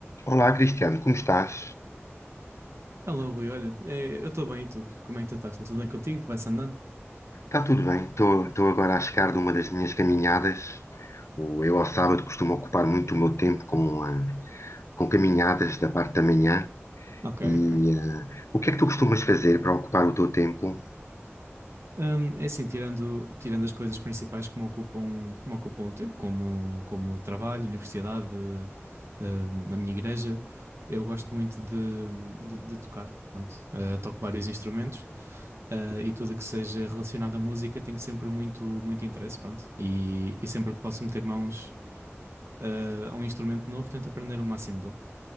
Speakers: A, on the left; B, on the right.
A: Olá, Cristiano, como estás?
B: Alô, Rui, olha, eh, eu estou bem, e tu? Como é que tu estás? Está tudo bem contigo? Vai-se andando?
A: Está tudo bem, estou agora a chegar de uma das minhas caminhadas. O- Eu, ao sábado, costumo ocupar muito o meu tempo com, ah, com caminhadas da parte da manhã.
B: Ok,
A: E
B: ok.
A: ah, o que é que tu costumas fazer para ocupar o teu tempo?
B: Hum, é assim, tirando, tirando as coisas principais que me ocupam, me ocupam o tempo, como, como o trabalho, universidade, hum, a minha igreja, eu gosto muito de, de, de tocar, pronto. Eh, toco vários instrumentos, eh, e tudo que seja relacionado à música tenho sempre muito, muito interesse, pronto. E, e sempre que posso meter mãos, eh, a um instrumento novo, tento aprender o máximo dele.